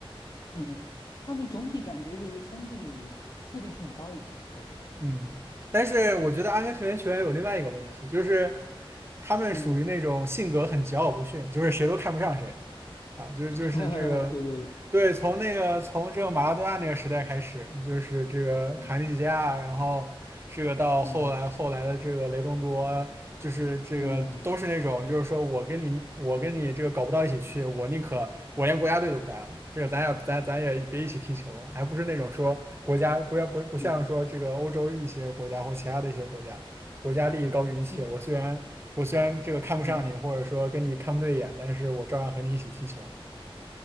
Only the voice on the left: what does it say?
嗯嗯，他们总体感觉就是相对于自律性高一点，我觉得。
嗯。
<laughs> 对对，
<laughs>
嗯
嗯嗯
嗯嗯，
一
嗯，